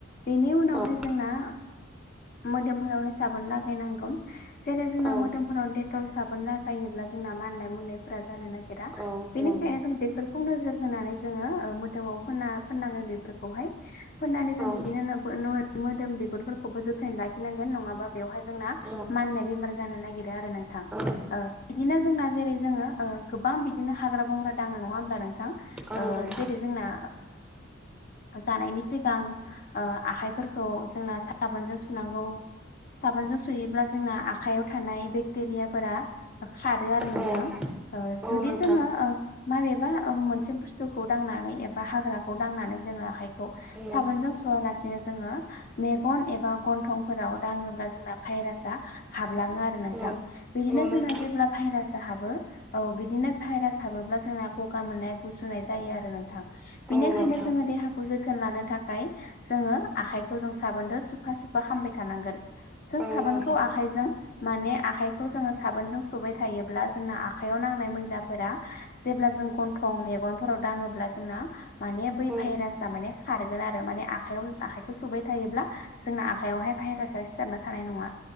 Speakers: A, on the left (about 45°); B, in the centre.
A: बेनि उनावहाय
B: औ
A: जोंना मोदोमफोरावह साबोन लागायनांगोन जेरै जोंना
B: औ
A: मोदोमफोराव डेटल साबोन लागायोब्ला जोंना माननाय मनायफोरा जानो नागिरा
B: औ
A: बेनिखायनो
B: औ
A: जों बेफोरखौ नोजोर होनानै जोङो मोदोमाव फोनां फोनाङो बेफोरखौहाय फोननानै जों
B: औ
A: बिदिनो मोदोम बिगुरफोरखौबो जोथोन लाखिनांगोन नङाबा बेवहाय जोंना
B: औ
A: मानाय बेमार जानो नागिरो आरो नोंथां
B: औ
A: बिदिनो जों जै ओ गोबां बिदिनो हाग्रा बंग्रा दाङो नङा होमब्ला नोंथां
B: औ नोंथां
A: जेरै जोंना जानायनि सिगां ओ आखाइफोरखौ जोंना साबोनजों सुनांगौ साबोनजों सुयोब्ला जोंना आखायाव थानाय बेकटेरियाफोरा खारो आरो नोंथां
B: औ
A: ओ
B: औ
A: जुदि
B: नोंथां
A: जोङो माबेबा मोनसे बुथुखौ दनानै एबा हाग्रा दनानै जोङो आख खौ
B: औ
A: साबोनजों सुवालासिनो जोङो मेगन एबा गन्थंफोराव दाङोब्ला जोंना भाइरासाआ हाबलाङो आरो नोंथां
B: औ
A: बिदिनो
B: औ
A: जोंना
B: नोंथां
A: जेब्ला भाइरासा हाबो औ बिदिनो भाइरास हाबोब्ला जोंना गगा मोननाय गुजुनाय जायो आरो नोंथां बेनिखायनो
B: औ नोंथां
A: जोङो देहा खौ जोथोन लानो थाखाय जोङो आखाइखौ जों साबोनद सुफा सुफा खामबाय थानांगोन जों
B: औ
A: साबोनखौ
B: नोंथां
A: आखाइजों माने आखाइखौ जोङो साबोनजों सुबाय थायोब्ला जोंनो आखाइयाव नांनाय मैला फोरा जेब्ला जों गन्थं मेगनफोराव दाङोब्ला जोंना माने बै
B: औ नोंथां औ
A: भाइरासाआ माने खारगोन आरो माने आखायाव आखाइखौ सुबाय थायोब्ला जोंना आखयावहाय भाइरासआ सिथाबना थानाय नङा